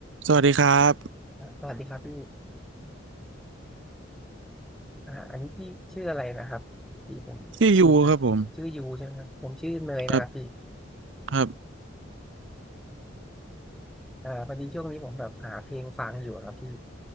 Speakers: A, on the right (about 75°); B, in the centre.
A: สวัสดีครับ
B: อ่าสวัสดีครับพี่อ่าอันนี้พี่ชื่ออะไรนะครับพี่ผมลืมนะชื่อยูใช่ไหมครับผมชื่อเนยนะครับพี่
A: ชื่อยูครับผมครับครับ
B: อ่าพอดีช่วงนี้ผมแบบหาเพลงฟังอยู่ครับพี่